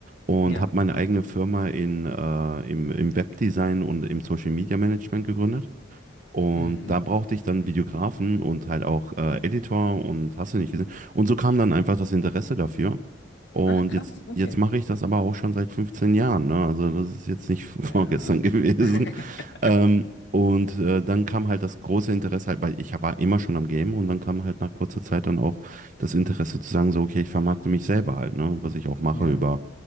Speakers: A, on the right; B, on the left.
A: und
B: Ja.
A: habe meine eigene Firma in, äh, im, im Webdesign und im Social Media Management gegründet. Und
B: Mhm.
A: da brauchte ich dann Videografen und halt auch äh, Editor und hast du nicht gesehen. Und so kam dann einfach das Interesse dafür. Und
B: Ach, krass,
A: jetzt,
B: okay.
A: jetzt mache ich das aber auch schon seit 15 Jahren, ne? Also das ist jetzt nicht <laughs> vorgestern
B: Ja.
A: gewesen.
B: <laughs>
A: Ähm, und äh, dann kam halt das große Interesse halt, weil ich war immer schon am Game und dann kam halt nach kurzer Zeit dann auch das Interesse zu sagen, so, okay, ich vermarkte mich selber halt, ne? Was ich auch mache
B: Ja.
A: über